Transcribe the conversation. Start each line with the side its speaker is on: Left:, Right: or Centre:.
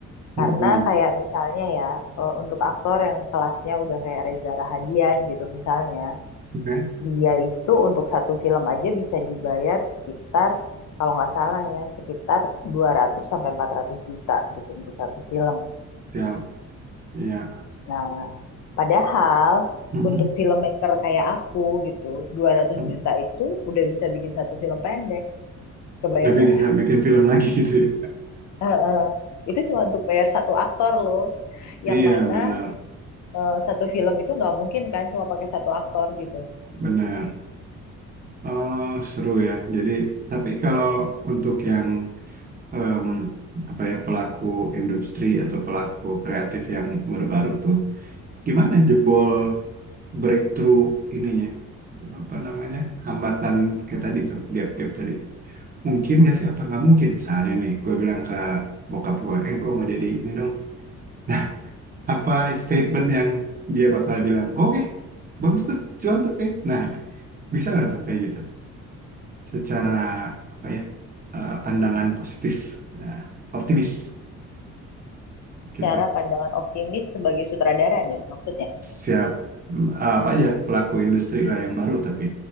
Right: mm-hmm,
Left: Karena kayak misalnya ya, eh, untuk aktor yang kelasnya udah kayak Reza Rahadian gitu misalnya,
Right: oke,
Left: dia itu untuk satu film aja bisa dibayar sekitar, kalau nggak salah ya, sekitar 200 sampai 400 juta gitu untuk satu film.
Right: ya ya,
Left: Nah, padahal
Right: Mm-mm.
Left: untuk filmmaker kayak aku gitu, dua ratus
Right: Mm.
Left: juta itu udah bisa bikin satu film pendek. Kebayang
Right: Jadi
Left: nggak?
Right: bisa
Left: <laughs>
Right: bikin film lagi gitu ya?
Left: Eh, eh. Itu cuma untuk bayar satu aktor loh
Right: <laughs>
Left: yang
Right: Iya,
Left: mana
Right: benar,
Left: eh, satu film itu nggak mungkin kan cuma pakai satu aktor gitu.
Right: benar. Oh, seru ya. Jadi, tapi kalau untuk yang em, apa ya pelaku industri atau pelaku kreatif yang baru-baru tuh, gimana jebol breakthrough ininya? Apa namanya? Hambatan kayak tadi tuh, gap-gap tadi. Mungkin nggak sih? Apa nggak mungkin? Misalnya nih, gue bilang ke bokap gue, eh gue mau jadi ini dong. Nah, <laughs> apa statement yang dia bakal bilang, oke, bagus tuh, cuan tuh kayak. Nah, bisa nggak tuh kayak gitu? Secara apa ya? eh, pandangan positif, nah, optimis gitu.
Left: Cara pandangan optimis sebagai sutradara nih maksudnya.
Right: Siap eh, apa aja pelaku industri lah yang baru tapi